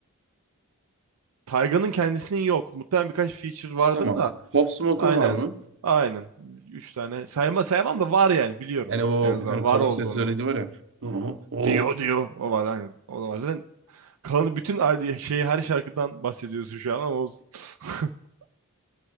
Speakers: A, on the right (about 80°); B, on the right (about 60°).
A: Tayga'nın kendisinin yok. Muhtemelen birkaç feature vardır
B: Tamam.
A: da.
B: Pop Smoke'un
A: Aynen.
B: var mı?
A: Aynen. Üç tane. Sayma, sayamam da var yani biliyorum.
B: Yani o
A: En azından
B: bir tane kalın
A: var olduğunu.
B: ses söyledi var ya. <laughs> Oo. oo.
A: Diyor diyor. O var aynen. O da var. Zaten kalanı bütün al- şeyi her şarkıdan bahsediyorsun şu an ama olsun. <laughs>